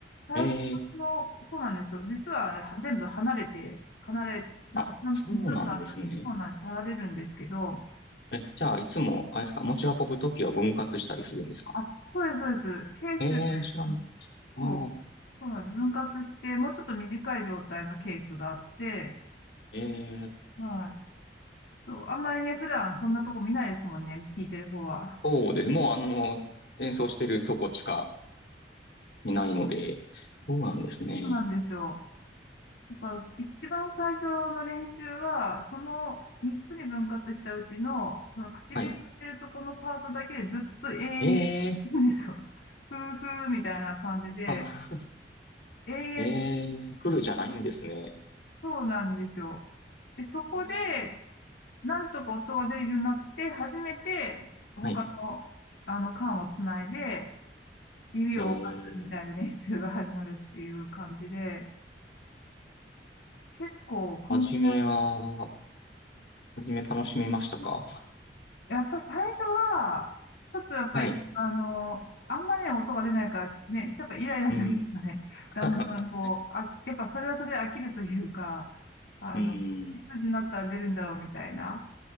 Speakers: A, on the left (about 85°); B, on the left (about 65°).
A: 最初の、
B: ええ、
A: そうなんですよ。実はは全部離れて、離れ、なんか3、
B: あ、そうなんですね。
A: 三みっつのパートに、そうなんです、離れるんですけど、
B: え、じゃあ、いつも、あれですか、持ち運ぶときは分割したりするんですか
A: あ、そうです、そうです。ケースで、
B: ええ、知らなかっ
A: そう、
B: た。ああ、
A: そうなんです。分割して、もうちょっと短い状態のケースがあって、
B: ええ、
A: はい。そう、あんまりね、普段そんなとこ見ないですもんね、聞いてる方は。
B: そうです。もう、あの、演奏してるとこしか、いないので、そうなんですね。
A: そうなんですよ。だから一番最初の練習は、その3つに分割したうちの、その唇が出るとこのパートだけでずっと永遠に、
B: はい。ええ
A: なんですよ。<laughs> ふーふーみたいな感じで、
B: たま、<laughs>
A: 永遠と
B: ええフルじゃないんですね。
A: そうなんですよ。で、そこで、
B: ええ
A: なんとか音が出るようになって、初めて、他の、
B: はい。
A: あの、管をつないで、指を動かすみたいな練習が始まるっていう感じで、
B: ええ
A: 結構、コこんな
B: はじめは、はじめ楽しめましたか
A: やっぱ最初は、ちょっとやっぱり、
B: はい。
A: あの、あんまりね、音が出ないからね、やっぱイライラしますよね。
B: うん。
A: <laughs>
B: <laughs>
A: だんだんこう、あ、やっぱそれはそれで飽きるというか、あの、
B: うん。
A: いつになったら出るんだろうみたいな